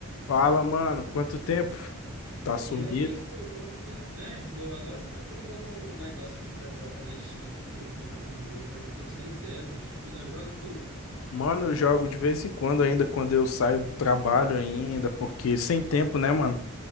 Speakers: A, on the left; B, on the right.
A: Fala, mano, quanto tempo? Tá sumido?
B: E aí, pô, quanto tempo, né? Então, agora que eu tô procurando um negócio aqui pra jogar na Steam aqui, tô vendo algum jogo, mas tô sem ideia, bicho. Tu ainda joga, tu?
A: Mano, eu jogo de vez em quando ainda, quando eu saio do trabalho ainda, porque sem tempo, né, mano?